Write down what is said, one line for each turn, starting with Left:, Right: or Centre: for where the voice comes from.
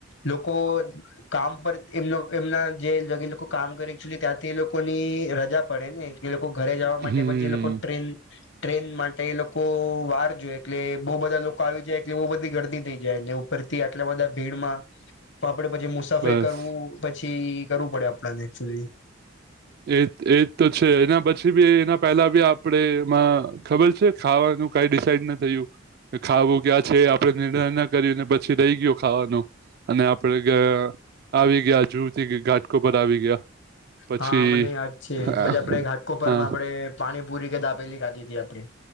Left: લોકો કામ પર એમ એમના જે લોકો કામ કરે છે ત્યાંથી એ લોકોની રજા પડે ને એ લોકો ઘરે જવા
Right: હમ
Left: માટે પછી એ લોકો ટ્રેન ટ્રેન માટે એ લોકો વાર જો એટલે બો બધા લોકો આવી જાય એટલે બો બધી ગરદી થઈ જાય એને ઓ પરતી આટલા બધા ભીડમાં તો આપડે પછી મુશ સફે
Right: બસ
Left: કરવું પછી કરવું પડે આપડા એકચ્યુલી.
Right: એ એજ તો છે એના પછી બી એના પહેલા બી આપડે એમાં ખબર છે ખાવાનું કઈ ડિસઇડ ના થયું ખાવું ક્યાં છે આપડે નિર્ણય ના કર ને પછી રહી ગયો ખાવાનો. અને આપડે ગા આવી ગયા જુહુ થી ઘાટ ગોપર આવી ગયા. પછી
Left: હા, મને યાદ છે
Right: હા
Left: પછી આપડે ઘાટ કોપરમાં
Right: હા
Left: આપડે પાણીપુરી કે દાબેલી ખાધી હતી આપે.